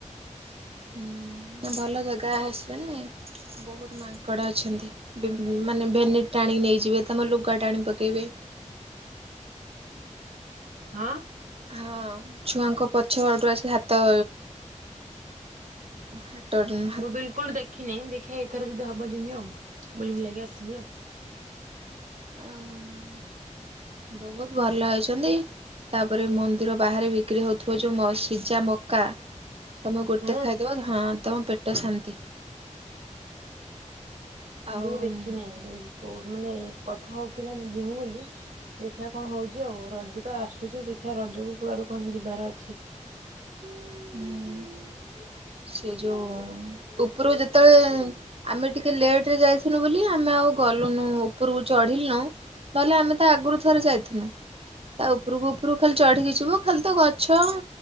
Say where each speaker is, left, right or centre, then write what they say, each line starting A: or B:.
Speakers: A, on the right (about 50°); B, on the right (about 85°).
A: ହୁଁ, <unintelligible> ଭଲ ଜାଗା ଆସିଲେଣି ବହୁତ ମାଙ୍କଡ଼ ଅଛନ୍ତି। ବିବି ମାନେ ଭେନିଟ ଟାଣିକି ନେଇଯିବେ ତମ ଲୁଗା ଟାଣି ପକେଇବେ।
B: ହଁ
A: ହଁ, ଛୁଆଙ୍କ ପଛ ପଟୁ ଆସିକି ହାତ ହାଟରନ <unintelligible>
B: ମୁଁ ବିଲକୁଲ ଦେଖିନେଇ ଦେଖିଆ ଏଥର ଯଦି ହବ ଯିମି ଆଉ ବୁଲି ବୁଲାକି ଆସିମି ଆଉ।
A: ଆଉ ବହୁତ ଭଲ ହେଇଚନ୍ତି। ତାପରେ ମନ୍ଦିର ବାହାରେ ବିକ୍ରି ହଉଥିବା ଯୋଉ ମ ସିଜା ମକା ତମେ ଗୋଟେ
B: ହଁ।
A: ଖାଇଦବ ହଁ, ତମ ପେଟ ଶାନ୍ତି।
B: ମୁଁ
A: ଆଉ
B: କେବେ ଦେଖିନେଇ। ଏ କୋଉ ମାନେ କଥା ହଉଥିଲା ଆମେ ଯିମୁ ବୋଲି ଦେଖିବା କଣ ହଉଚି ଆଉ। ରଜ ତ ଆସୁଚି ଦେଖିବା ରଜକୁ କୁଆଡୁ କଣ ଯିବାର ଅଛି।
A: ହୁଁ। ସେ ଯୋଉ ଉପରୁ ଯେତେବେଳେ ଆମେ ଟିକେ ଲେଟ ରେ ଯାଇଥିନୁ ବୋଲି ଆମେ ଆଉ ଗଲୁନୁ ଉପରକୁ ଚଢିଲୁନୁ ନହେଲେ ଆମେ ତ ଆଗରୁ ଥରେ ଯାଇଥିନୁ। ତା ଉପରକୁ ଉପରକୁ ଖାଲି ଚଢିକି ଯିବ, ଖାଲି ତ ଗଛ